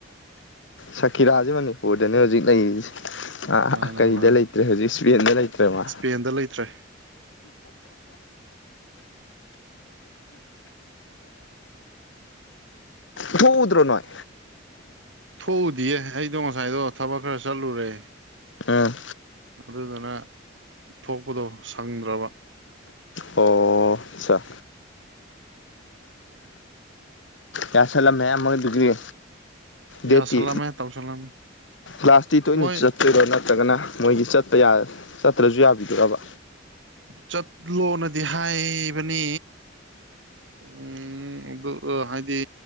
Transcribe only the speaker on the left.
ꯁꯀꯤꯤꯔꯥꯁꯦ ꯃꯅꯤ ꯍꯣꯗꯅꯦ ꯍꯧꯖꯤꯛ ꯂꯩ ꯑꯥ
ꯀꯔꯤꯗ
ꯂꯩꯇ꯭ꯔꯦ ꯍꯧꯖꯤꯛ ꯁꯦꯟꯗ ꯂꯩꯇ꯭ꯔꯦꯃ
ꯊꯧꯗ꯭ꯔꯣ ꯅꯣꯏ
ꯑ
ꯑꯣ ꯑꯠꯆꯥ ꯌꯥꯁꯂ ꯃꯌꯥꯝ ꯑꯃ ꯗꯨꯒꯔꯤ ꯗꯦꯠꯇꯤ
ꯂꯥꯁꯇꯤ ꯇꯣꯏꯅ
ꯆꯠꯇꯣꯏꯔꯣ ꯅꯠꯇ ꯅꯠꯇ꯭ꯔꯒꯅ ꯃꯣꯏꯒꯤ ꯆꯄ ꯆꯠꯇ꯭ꯔꯁꯨ ꯌꯥꯕꯤꯗꯕ